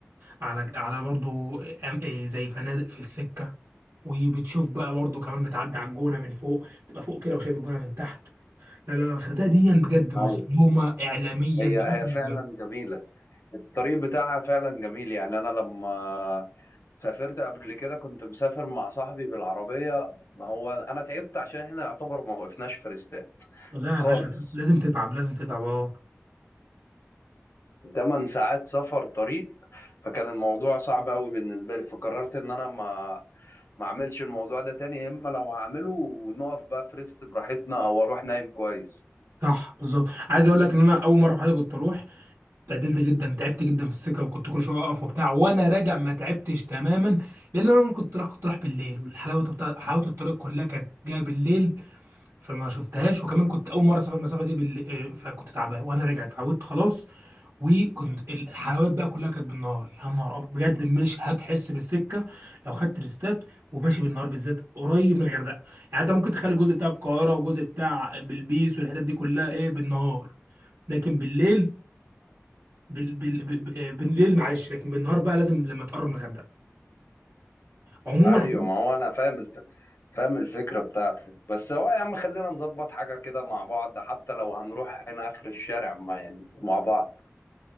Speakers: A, on the right (about 75°); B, on the left (about 60°).
A: على على برضو أم- إيه زي فنادق في السكه وبتشوف بقى برضو كمان بتعدي على الجونه من فوق تبقى فوق كده وشايف الجونه من تحت لا لا لا الغردقه دي بجد مظلومه
B: أيوة.
A: اعلاميا
B: هي
A: بشكل
B: هي فعلا جميله الطريق بتاعها فعلا جميل يعني انا لما سافرت قبل كده كنت مسافر مع صاحبي بالعربية ما هو انا تعبت عشان احنا يعتبر ما وقفناش في ريستات
A: لا
B: خالص
A: يا باشا لازم تتعب لازم تتعب اه
B: 8 ساعات سفر طريق فكان الموضوع صعب قوي بالنسبة لي فقررت ان انا ما ما اعملش الموضوع ده تاني يا اما لو هعمله نقف بقى في ريست براحتنا او اروح نايم كويس
A: صح بالظبط عايز اقول لك ان انا اول مره في حياتي كنت اروح اتعدلت جدا تعبت جدا في السكه وكنت كل شويه اقف وبتاع وانا راجع ما تعبتش تماما لان انا كنت رايح كنت رايح بالليل والحلاوه بتاع حلاوه الطريق كلها كانت جايه بالليل فما شفتهاش وكمان كنت اول مره اسافر المسافه دي بالليل فكنت تعبان وانا راجع اتعودت خلاص وكنت ال- الحلويات بقى كلها كانت بالنهار يا نهار أبيض. بجد مش هتحس بالسكه لو خدت ريستات وماشي بالنهار بالذات قريب من الغردقه يعني انت ممكن تخلي الجزء بتاع القاهره وجزء بتاع بلبيس والحتت دي كلها ايه بالنهار لكن بالليل بال... بال... بال... بالليل معلش لكن بالنهار بقى لازم لما تقرب من الغردقه عموما
B: ايوه
A: عموما
B: ما هو انا فاهم الف... فاهم الفكره بتاعتك بس هو يا عم خلينا نظبط حاجه كده مع بعض حتى لو هنروح هنا اخر الشارع ما يعني مع بعض